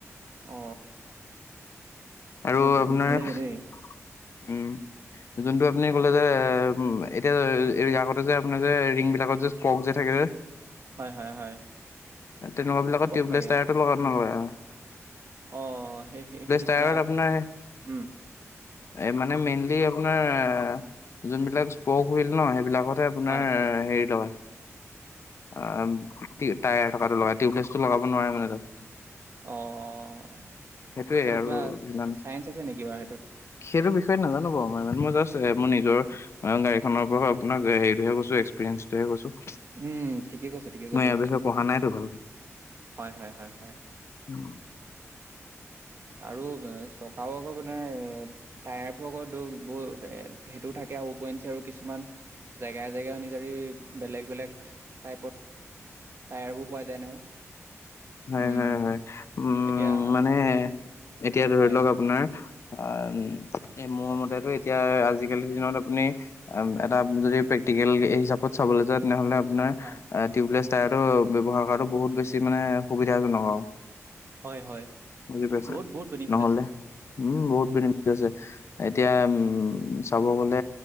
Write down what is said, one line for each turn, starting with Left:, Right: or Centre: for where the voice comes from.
Right: অ। তেতিয়া
Left: আৰু
Right: ভা
Left: আপোনাৰ
Right: ভালেই
Left: উম
Right: দেই,
Left: যোনটো আপুনি কলে যে এতিয়া আগতে যে আপোনাৰ যে ৰিংবিলাকত যে পক যে থাকে যে
Right: হয়, হয়, হয়।
Left: তেনেকুৱা বিলাকত
Right: স্পক
Left: টিউবলেছ
Right: থাকে
Left: টায়াৰ
Right: অ'।
Left: লগত নলয়া অ
Right: অ সেই সেইটোত
Left: টায়াৰত
Right: কিবা,
Left: আপোনাৰ
Right: উম।
Left: এ মানে মেইনলি আপোনাৰ এ যোনবিলাক স্পক উইল ন সেইবিলাকত আছে আপোনাৰ
Right: হয়,
Left: হেৰি থকা। অ টায়াৰ থকাটো লগা টিউবলেছটো লগাব নোৱাৰে মানে তাত।
Right: অঁ
Left: সেইটোয়ে
Right: সেইটো
Left: আৰু
Right: কিবা
Left: ইমান
Right: চাইন্ঞ্চ আছে নেকি বাৰু সেইটোত।
Left: সেইটো বিষয়ে নাজানো বাৰু মই ই মোৰ জাষ্ট এ মোৰ নিজৰ অ গাড়ীখনৰ পৰাও আপোনাক হেৰিটোহে কৈছো এক্সপিৰিেঞ্চটোহে কৈছো।
Right: উম ঠিকে কৈছে ঠিকে কৈছে
Left: মই ইয়াৰ বিষয়ে পঢ়া নাইতো ভালকে
Right: হয় হয় হয় হয়।
Left: উম।
Right: আৰু চকাও আকৌ মানে টায়াৰবোৰ আকৌ বহু সেইটো থাকে আৰু উপৰিঞ্চি আৰু কিছুমান জেগাই জেগাই অনুজাৰী বেলেগ বেলেগ টাইপত। টায়াৰবোৰ পোৱা যায় নহয়।
Left: হয়
Right: উম,
Left: হয় হয় উম
Right: এতিয়া
Left: মানে এতিয়া ধৰি
Right: হয়,
Left: লওক আপোনাৰ আ এ মোৰ মতেতো এতিয়া আজিকালিৰ দিনত আপুনি এটা যদি প্ৰেক্টিকেল হিচাপত চাবলে যোৱা তেনেহলে আপোনাৰ
Right: হয়,
Left: টিউবলেছ টায়াৰটো ব্যৱহাৰ কৰাতো বহুত বেছি মানে সুবিধাজনক আৰু।
Right: হয়, হয়।
Left: বুজি পাইছে
Right: বহুত বহুত বেনিফিট
Left: নহলে
Right: আছে।
Left: উম বহুত ঠিক আছে এতিয়া উম চাব গলে